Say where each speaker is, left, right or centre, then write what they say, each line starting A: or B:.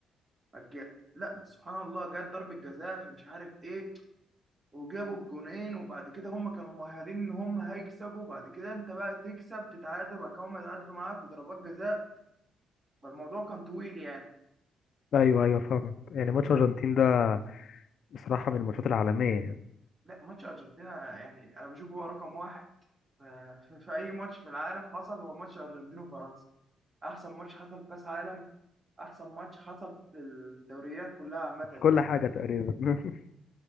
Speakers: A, on the right; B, on the left.
A: هتج- لا سبحان الله جت ضربة جزاء في مش عارف ايه وجابوا الجونين وبعد كده هم كانوا مؤهلين ان هم هيكسبوا وبعد كده انت بقى تكسب تتعادل وبعد كده هم يتعادلوا معاك وضربات جزاء فالموضوع كان طويل يعني
B: ايوه ايوه فاهمك يعني ماتش الارجنتين ده بصراحه من الماتشات العالميه يعني
A: لا ماتش ارجنتينا يعني انا بشوفه هو رقم واحد في, في في اي ماتش في العالم حصل هو ماتش ارجنتين وفرنسا احسن ماتش حصل في كاس عالم احسن ماتش حصل في الدوريات كلها عامه يعني
B: في كل حاجه تقريبا <laughs>